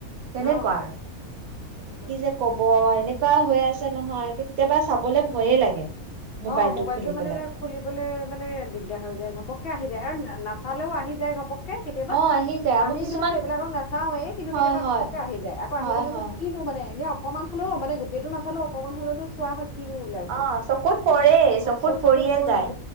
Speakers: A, on the right; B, on the left.
A: কেনেকুৱা
B: অ
A: আৰু কি
B: তেনেকুৱা
A: যে কব এনেকুৱা হৈ আছে নহয়, একে কেতিয়াবা চাবলে ভয়ে লাগে
B: অ মোবাইলটো
A: খুলি
B: মানে
A: পেলাই।
B: এ খুলিবলৈ মানে দিগদাৰ হৈ যায় ঘপককে আহি যায় আৰু নাচালেও আহি যায় ঘপক কে কেতিয়াবা
A: অ আহি যায় আমাৰ
B: আমি
A: কিছুমান
B: ধৰা এইবিলাকক নাচাওঁয়েই কিন্তু
A: হয়
B: কেতিয়াবা
A: হয়
B: ঘপককে আহি যায়, আকৌ
A: হয়
B: আহি গ'লেনো
A: হয়।
B: কিনো মানে এনে অকণমান হ'লেও মানে গোটেইটো নাচালেও অকণমান হ'লেতো চোৱা হয় কিনো ওলাইছে।
A: অ চকুত পৰেই
B: অ
A: চকুত
B: ওচৰ
A: পৰিয়ে
B: পৰি
A: যায়